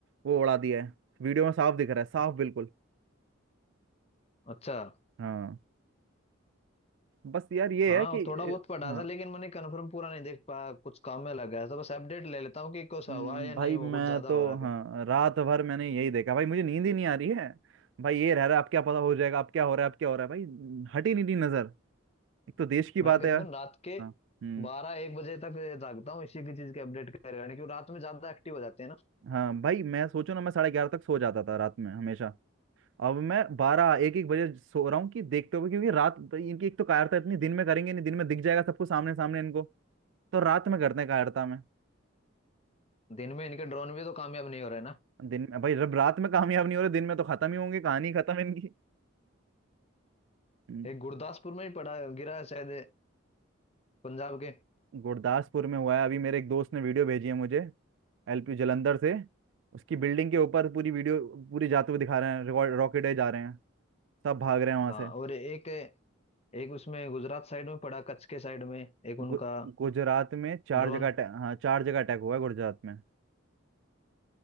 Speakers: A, on the right; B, on the left.
A: वो उड़ा दिया है वीडियो में साफ दिख रहा है साफ बिल्कुल
B: अच्छा
A: हाँ बस यार ये
B: हाँ
A: है
B: वो
A: कि
B: थोड़ा बहुत पढ़ा
A: अ, हाँ
B: था लेकिन मैंने कंफर्म पूरा नहीं देख पाया कुछ काम में लग गया था बस अपडेट ले लेता हूँ कि कुछ
A: हम्म,
B: हुआ है या
A: भाई
B: नहीं हुआ
A: मैं
B: कुछ ज्यादा
A: तो
B: हो रहा
A: हाँ
B: है
A: रात भर मैंने यही देखा भाई मुझे नींद ही नहीं आ रही है भाई ये रह रहा है अब क्या पता हो जाएगा अब क्या हो रहा है अब क्या हो रहा है भाई हट ही नहीं रही नजर एक तो देश की बात
B: मैं करीबन
A: है यार
B: रात के
A: हाँ हम्म
B: बारह एक बजे तक जागता हूँ इसी की चीज के अपडेट करे यानी कि रात में ज्यादा एक्टिव हो जाते हैं ना
A: हाँ भाई मैं सोचो ना मैं साढ़े ग्यारह तक सो जाता था रात में हमेशा अब मैं बारह एक एक बजे सो रहा हूँ कि देखते हुए क्योंकि रात इनकी एक तो कायरता इतनी दिन में करेंगे नहीं दिन में दिख जाएगा सबको सामने सामने इनको तो रात में करते हैं कायरता में
B: दिन में इनके ड्रोन भी तो कामयाब नहीं हो रहे ना
A: दिन में भाई जब रात में कामयाब नहीं हो रहे दिन में तो खत्म ही होंगे कहानी खत्म इनकी हम्म,
B: एक गुरदासपुर में ही पड़ा गिरा है शायद पंजाब के
A: गुरदासपुर में हुआ है अभी मेरे एक दोस्त ने वीडियो भेजी है मुझे एलपी जलंधर से उसकी बिल्डिंग के ऊपर पूरी वीडियो पूरी जाते हुए दिखा रहे हैं रिकॉर्ड रॉकेट है जा रहे हैं सब भाग रहे हैं वहां
B: हाँ
A: से
B: और एक एक उसमें गुजरात साइड में पड़ा कच्छ के साइड में एक
A: गु,
B: उनका
A: गुजरात में चार
B: ड्रोन
A: जगह अटै- हाँ चार जगह अटैक हुआ है गुजरात में